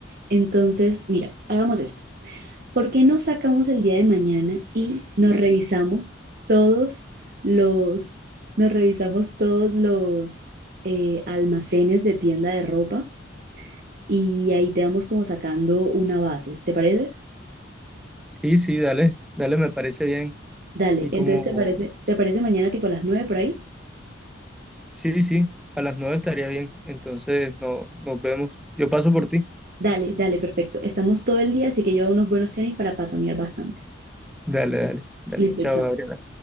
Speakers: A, on the right; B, in the centre.
A: Entonces, mira, hagamos esto. ¿Por qué no sacamos el día de mañana y nos revisamos todos los, nos revisamos todos los eh, almacenes de tienda de ropa y ahí te vamos como sacando una base, ¿te parece?
B: Sí, sí, dale, dale, me parece bien.
A: Dale,
B: Y
A: entonces
B: como,
A: te parece, ¿te parece mañana tipo a las 9 por ahí?
B: sí, sí, a las nueve estaría bien. Entonces, no, nos vemos. Yo paso por ti.
A: Dale, dale, perfecto. Estamos todo el día, así que lleva unos buenos tenis para patonear bastante.
B: Dale, dale, dale.
A: Listo,
B: Chao,
A: chao.
B: Gabriela.